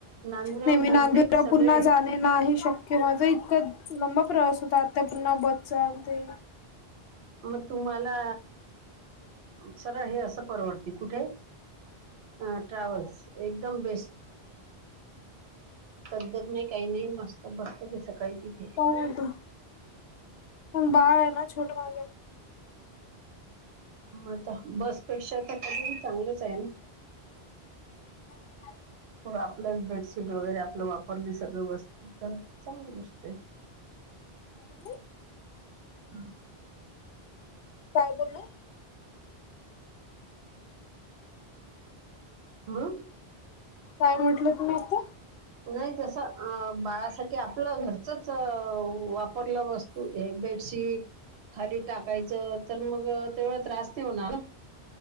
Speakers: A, on the right (about 75°); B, on the left (about 70°).
A: नांदूर्यावरून
B: नेहमी
A: बहुतेक
B: नांदूरला
A: सगळे.
B: पुन्हा जाणे नाही शक्य माझा इतका लंबा प्रवास होता आता पुन्हा बसचा ते
A: मग तुम्हाला सरळ हे असं, परवडती. कुठे अ ट्रॅव्हल्स एकदम बेस्ट धकधक नाही काही नाही. मस्त बसलेली सकाळी तिथे
B: का येतो पण बाळ आहे ना छोट माझ
A: आता बसपेक्षा तर कधी चांगलंच आहे ना,
B: <unintelligible>
A: थोडं आपलंच बेडशीट वगैरे आपलं वापरली. सगळी वस्तू तर चांगली गोष्ट आहे.
B: हम्म,
A: <unintelligible>
B: काय बोलल.
A: <unintelligible>
B: काय म्हटलं? तुम्ही आता
A: नाही जसं, अ बाळासाठी आप आपलं घरचच वापरला वस्तू हे बेडशीट खाली टाकायचं. तर मग ते व त्रास नाही होणार ना